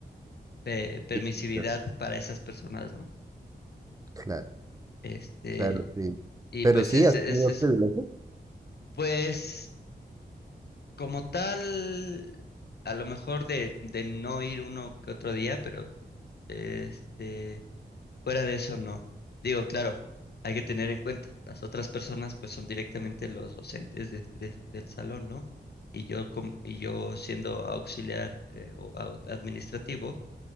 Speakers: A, on the left; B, on the right.
A: pe- permisividad
B: Sí, Claro,
A: para esas personas, ¿no?
B: claro,
A: Este,
B: claro, sí.
A: y
B: Pero
A: pues
B: sí,
A: es,
B: has
A: es
B: tenido
A: eso.
B: privilegios.
A: Pues Como tal, a lo mejor de, de no ir uno que otro día, pero este, fuera de eso no. Digo, claro, hay que tener en cuenta, las otras personas pues son directamente los docentes de- de- del salón, ¿no? Y yo, com- y yo siendo auxiliar eh, o au- administrativo,